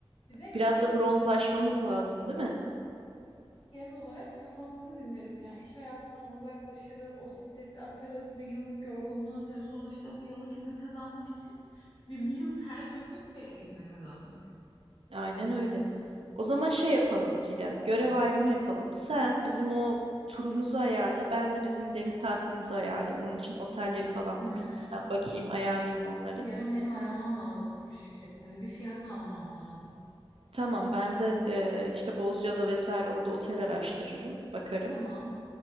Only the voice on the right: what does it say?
Biraz da bronzlaşmamız lazım, değil mi?
Aynen öyle. O zaman şey yapalım Çiğdem, görev ayrımı yapalım. Sen bizim o turumuzu ayarla, ben de bizim deniz tatilimizi ayarlayayım. Onun için otelleri falan
Booking'den bakayım, ayarlayayım onları.
Tamam, ben de e, işte Bozcaada vesaire orada otel araştırırım, bakarım.